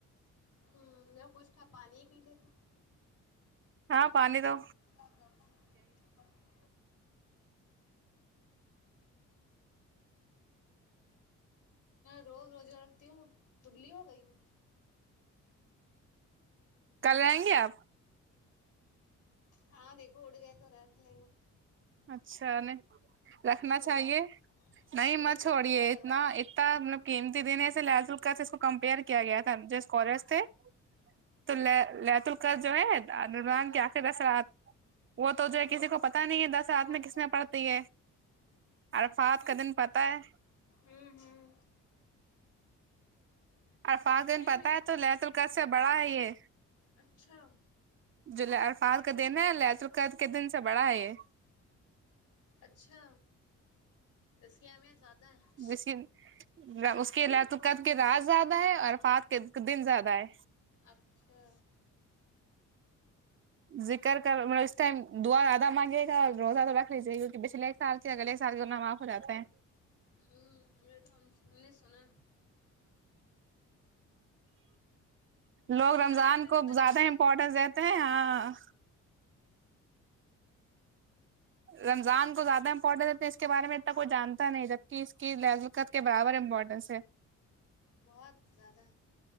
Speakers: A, on the left; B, on the right.
A: ہ جو کچھ تھا پانی ہی پی لیتے
B: ہاں پانی دو
A: ہ بی ب پ روز روزگ رکھتی ہ دبلی ہو گئی ہو
B: کل رہیں گے آپ
A: ہاں نہیں کو اڈ گیا تو رہ ل
B: اچھا نہیں رکھنا
A: روزہ
B: چاہیے
A: ہے
B: نہیں
A: سوچ
B: مت
A: سوچ
B: چھوڑیے
A: کے ڈر لگ
B: اتنا
A: رہا ہے
B: اتنا مطلب قیمتی دنے ایسے لاز کو کمپئر کیا گیا تھا جو اسکالر تھے توت الک جو ہےان
A: ہوں
B: کے آخر درات وہ تو
A: ہوں
B: جو ہے کسی کو پتا نہیں ہے ساتھ
A: کون
B: میں کس میں پڑتی ہے عرفات
A: ہوں
B: کا دن پتہ ہے
A: ہوں ہوں
B: ارفاظ دن
A: نہیں
B: پتا
A: نہیں
B: ہے تو لے تو کیسے بڑا ہے یہ
A: اچھا
B: جو لے عرفان کا دن ہے لچ القد کے دن سے بڑا ہے یہ
A: اچھا اس کی اہمیت زیادہ ہے
B: جس کی اس کے
A: ہوں
B: ل توقت کے رات زیادہ ہے افات کے دن زیادہ ہے
A: اچھا
B: ذکر کر مطلب اس ٹائم دعا زیادہ مانگے گا اور روزہ تو رکھ لیجیے گا کیہ پچھلے ایک سال کے اگلے ایک سال کے اپنا معاف ہو جاتے ہیں
A: ہوں ا تو سنا
B: لوگ
A: جب یہاں
B: رمضان
A: رہتے
B: کو
A: تھے تب
B: زیادہ
A: رکھتے
B: امپورٹینس
A: تھے
B: دیتے ہیں ہاں رمضان کو زیادہ امپورٹینس ات ہے اس کے بارے میں اتنا کوئی جانتا نہیں جبک اس کی لذقت کے برابر امپورٹینس ہے
A: بہت زیادہ